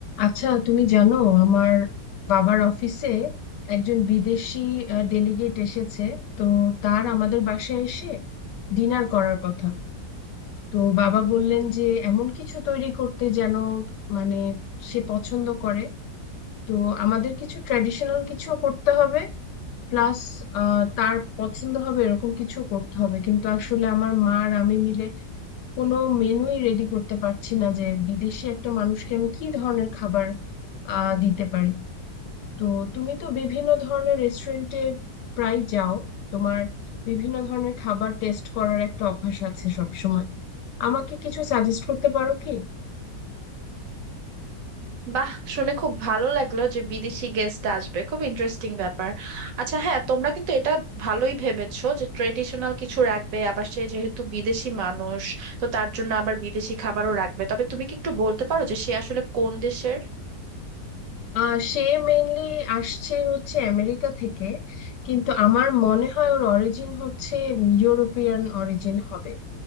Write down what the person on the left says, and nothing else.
আচ্ছা তুমি জানো আমার বাবার অফিসে একজন বিদেশি ডেলিগেট এসেছে তো তার আমাদের বাসায় এসে ডিনার করার কথা তো বাবা বললেন যে এমন কিছু তৈরি করতে যেন মানে সে পছন্দ করে তো আমাদের কিছু ট্র্যাডিশনাল কিছু করতে হবে প্লাস তার পছন্দ হবে এরকম কিছু করতে হবে কিন্তু আসলে আমার মা আর আমি মিলে কোনো মেনুই রেডি করতে পারছি না যে বিদেশি একটা মানুষকে আমি কি ধরনের খাবার আহ দিতে পারি তো তুমি তো বিভিন্ন ধরনের রেস্টুরেন্টে প্রায় যাও তোমার বিভিন্ন ধরনের খাবার টেস্ট করার একটা অভ্যাস আছে সব সময় আমাকে কিছু সাজেস্ট করতে পারো কি
আহ সে মেইনলি আসছে হচ্ছে আমেরিকা থেকে কিন্তু আমার মনে হয় ওর অরিজিন হচ্ছে ইউরোপিয়ান অরিজিন হবে